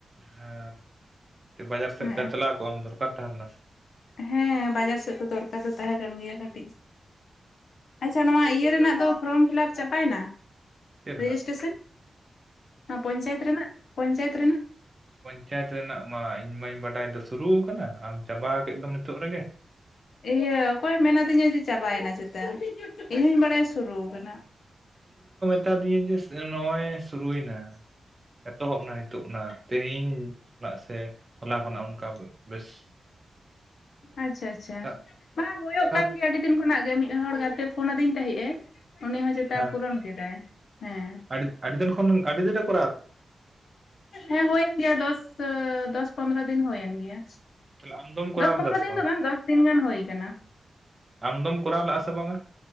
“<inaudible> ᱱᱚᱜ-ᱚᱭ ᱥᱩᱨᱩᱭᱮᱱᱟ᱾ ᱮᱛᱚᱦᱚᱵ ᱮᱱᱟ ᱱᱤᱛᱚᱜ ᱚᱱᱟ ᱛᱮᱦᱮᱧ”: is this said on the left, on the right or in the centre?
Right